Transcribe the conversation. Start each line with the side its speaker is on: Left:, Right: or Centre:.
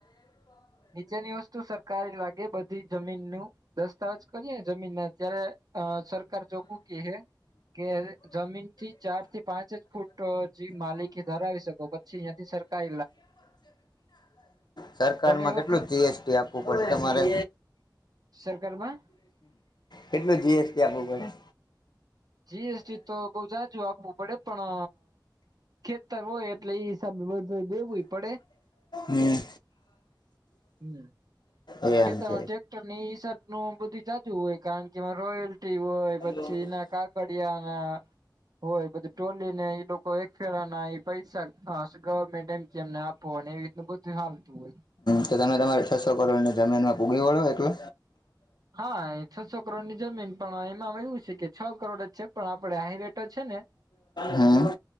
Right: નીચેની વસ્તુ સરકારી લાગે બધી બધી જમીન નું દસ્તાવેજ કરીએ જમીન ના અત્યારે સરકાર ચોખ્ખું કે હે કે જમીન થી ચાર થી પાંચ જ ફૂટ જે માલિકી ધરાવી શકો પછી અ્યાંથી સ્ટાર્ટ
Left: સરકારમાં
Right: ઘણી વખત
Left: કેટલું જીએસટી આપવું પડે તમારે
Right: સરકારમાં
Left: કેટલું જીએસટી આપવું પડે
Right: જીએસટી તો બઉ જાજુ આપવું પડે પણ ખેતર હોય એટલે બધું ય દેવું પડે
Left: હમ
Right: હમ
Left: એમ
Right: ખેતરમાં
Left: છે
Right: ટ્રેક્ટર ની હિસાબ નું બધું જાજુ હોય કારણ કેમાં રોયલ હોય
Left: હમ
Right: પછી એના કાગડિયા ના હોય પછી ટોલીને કોઈ એક ફેરા ના ઈ પૈસા ગવર્મેન્ટ એમ એમને આપો એવી રીત બધું હાલતું હોય
Left: તો તમે તમારી છસો કરોડની જમીનમાં પૂકી વળો એટલો
Right: હા ઈ છસો કરોડની જમીન પણ એમાં એવું છે કે છ કરોડ જ છે પણ આપડ આહી રેટો છે ને
Left: હમ